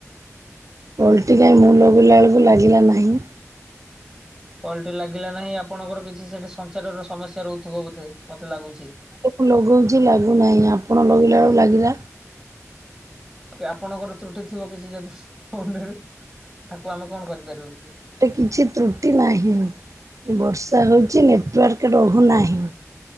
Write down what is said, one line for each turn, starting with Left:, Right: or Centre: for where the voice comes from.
Right: କଲ୍ଟିି କାଇଁ, ମୁଁ ଲଗେଇଲା ଅଳକୁ ଲାଗିଲା ନାହିଁ?
Centre: କଲ୍ଟି ଲାଗିଲା ନାହିଁ, ଆପଣଙ୍କର କିଛି ସେଠି ସଂଚାରର ସମସ୍ୟା ରହୁଥୁବ ବୋଧେ, ମତେ ଲାଗୁଛି।
Right: ମୁଁ ଲଗଉଛି ଲାଗୁନାହିଁ। ଆପଣ ଲଗେଇଲା ଅଳୁ ଲାଗିଲା।
Centre: କି ଆପଣଙ୍କର ତ୍ରୁଟି ଥିବ କିଛି ଯଦି ଫୋନ୍ ରେ, ତାକୁ ଆମେ କଣ କରିପାରିବୁ?
Right: କିିଛି ତ୍ରୁଟି ନାହିଁ। ବର୍ଷା ହଉଛି, ନେଟୱାର୍କ ରହୁନାହିଁ।